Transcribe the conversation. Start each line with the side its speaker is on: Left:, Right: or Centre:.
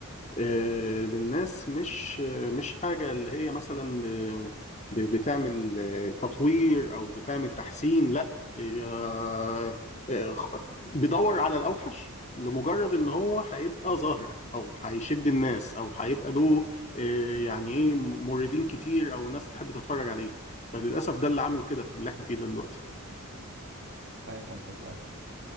Left: آه، للناس مش آه، مش حاجة اللي هي مثلا ب- ب- بتعمل آه، تطوير أو بتعمل تحسين لا هي آه، آه، خ- بيدور على الأوحش لمجرد إن هو هيبقى ظاهر أو هيشد الناس أو هيبقى له آه، يعني إيه موردين كتير أو ناس تحب تتفرج عليه فللأسف ده اللي عامل كده في اللي إحنا فيه ده دلوقتي
Right: فاهم قصدك اه